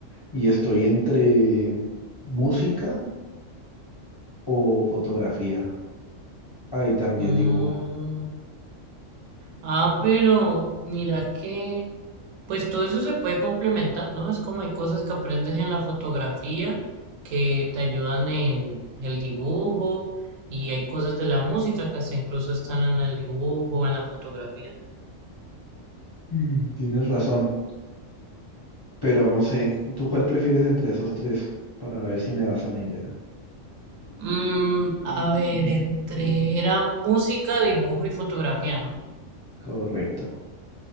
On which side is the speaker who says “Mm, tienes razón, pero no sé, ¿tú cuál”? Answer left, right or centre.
Left